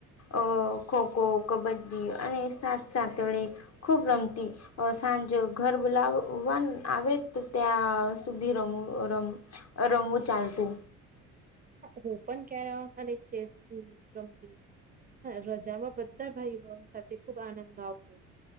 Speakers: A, on the left; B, on the right.
A: અ ખો ખો, કબડ્ડી અને સાત સાથેળી ખૂબ રમતી સાંજે ઘર બોલાવવા આવે તો ત્યાં સુધી રમું રમ રંગું ચાલતું.
B: હું પણ ક્યારે અને ચેસ રમતી. હા, રજામાં બધા ભાઈઓ સાથે ખુબ આનંદ આવતો.